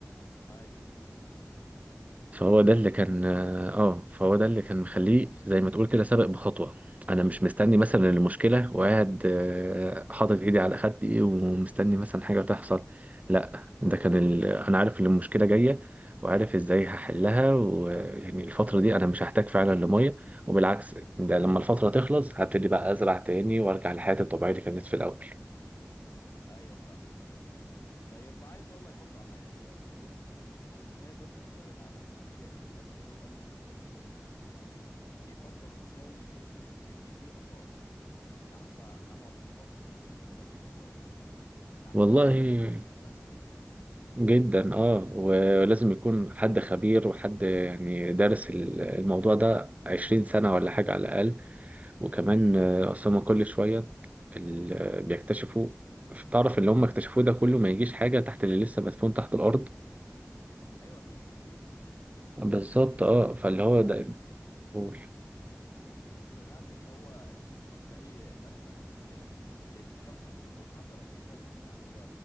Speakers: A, on the left; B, on the right.
A: ايوه
B: فهو ده
A: ايوه
B: اللي
A: فاهمك
B: كان اه آه، فهو ده اللي كان مخليه زي ما تقول كده سابق بخطوة انا مش مستني مثلا المشكلة وقاعد آه، حاطط ايدي على خدي ومستني مثلا حاجة تحصل لا ده كان ال... انا عارف ان المشكلة جاية وعارف ازاي هحلها ويعني الفترة دي انا مش هحتاج فعلا لمية وبالعكس ده لما الفترة تخلص هبتدي بقى ازرع تاني وارجع لحياتي الطبيعية اللي كانت في الاول
A: ايوه فاهمك طيب عايز اقول لك برضه على حاجه كده بيقولوا ان الاقصر فيها تلت اثار العالم يعني هي الناس ازاي قالت ان دي اثار يعني هم بيفكروا ازاي ان دي اثار يعني يعني هم ام اعتقاداتهم بالنسبه للاثار يعني يعني
B: والله
A: دي محتاجه تفكير فلسفي جامد
B: جدا اه ولازم يكون حد خبير وحد يعني دارس ال- الموضوع ده عشرين سنة ولا حاجة على الأقل وكمان
A: ايوه
B: آه، أصل هما كل شوية اللي بيكتشفوا تعرف اللي هم اكتشفوه ده كله ما يجيش حاجة تحت اللي لسه مدفون تحت الأرض
A: ايوه اكيد في كتير جدا
B: بالظبط اه فاللي
A: ده انا
B: هو
A: سمعت
B: ده قول
A: سمعت ان هو كان في اي مدفن لل للشخص اللي بيموت حتى لو مش ملك يعني هو